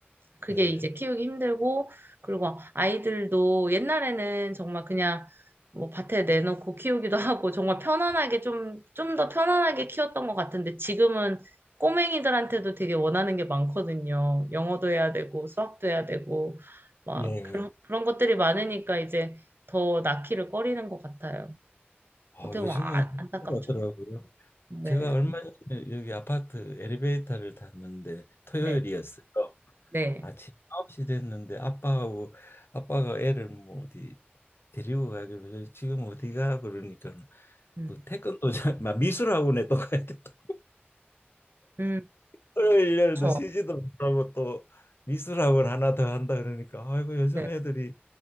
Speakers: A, on the left; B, on the right.
A: 네,
B: 그게 이제 키우기 힘들고, 그리고 아이들도 옛날에는 정말 그냥 뭐 밭에 내놓고 키우기도 <laughs> 하고, 정말 편안하게 좀, 좀 더 편안하게 키웠던 것 같은데, 지금은 꼬맹이들한테도 되게 원하는 게 많거든요. 영어도 해야 되고, 수학도 해야 되고, 막
A: 예.
B: 그런, 그런 것들이 많으니까 이제 더 낳기를 꺼리는 것 같아요.
A: 어,
B: 어떻게
A: 요즘은
B: 보면 아- 안타깝죠.
A: 그렇더라고요.
B: 네,
A: 제가 얼마 전에 여기 아파트 엘리베이터를 탔는데 토요일이었어요.
B: 네, 네.
A: 아침 9시 됐는데 아빠하고 아빠가 애를 뭐 어디 데리고 가길래 저희 지금 어디가 그러니까
B: 음,
A: 그 태권도장 막 미술학원에 또 가야 돼. 또
B: 음,
A: 토요일 날도
B: 그렇죠.
A: 쉬지도 못하고 또 미술학원 하나 더 한다 그러니까 아이고 요즘
B: 네,
A: 애들이